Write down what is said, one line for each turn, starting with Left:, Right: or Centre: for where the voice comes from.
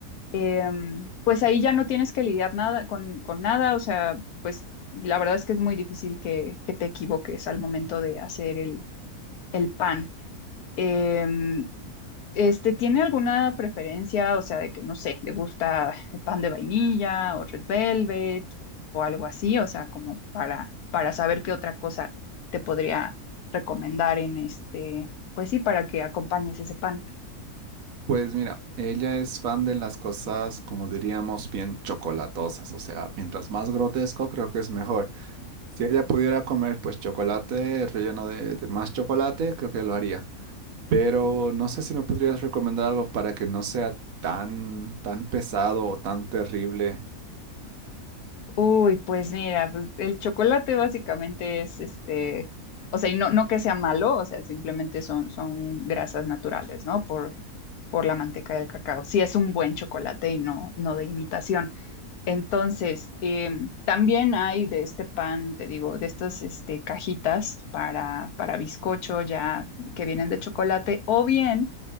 Left: Em, pues ahí ya no tienes que lidiar nada con, con nada, o sea, pues la verdad es que es muy difícil que, que te equivoques al momento de hacer el, el pan. Em, este, ¿tiene alguna preferencia? O sea, de que, no sé, le gusta el pan de vainilla o Red Velvet o, o algo así, o sea, como para, para saber qué otra cosa te podría recomendar en este, pues sí, para que acompañes ese pan.
Right: Pues mira, ella es fan de las cosas, como diríamos, bien chocolatosas. O sea, mientras más grotesco, creo que es mejor. Si ella pudiera comer, pues chocolate relleno de de más chocolate, creo que lo haría. pero no sé si me podrías recomendar algo para que no sea tan, tan pesado o tan terrible.
Left: Uy, pues mira, pues el chocolate básicamente es este, o sea, y no, no que sea malo, o sea, simplemente son, son grasas naturales, ¿no? Por, por la manteca del cacao. Sí es un buen chocolate y no, no de imitación. Entonces, eh, también hay de este pan, te digo, de estas este, cajitas para, para bizcocho ya que vienen de chocolate, o bien